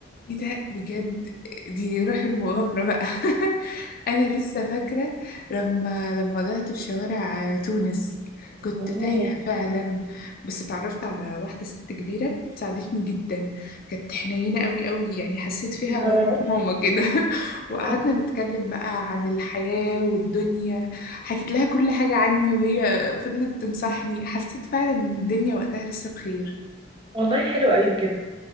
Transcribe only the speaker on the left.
ايه ده بجد دي روح المغامرة بقى <laughs> انا لسه فاكرة لما لما ضعت في شوارع تونس كنت
تايهة فعلا بس اتعرفت على واحدة ست كبيرة ساعدتني جدا كانت حنينة قوي قوي يعني حسيت فيها
روح ماما كده <laughs> وقعدنا
نتكلم بقى عن الحياة والدنيا حكيت لها كل حاجة عني وهي فضلت تنصحني حسيت فعلا ان الدنيا وقتها لسه بخير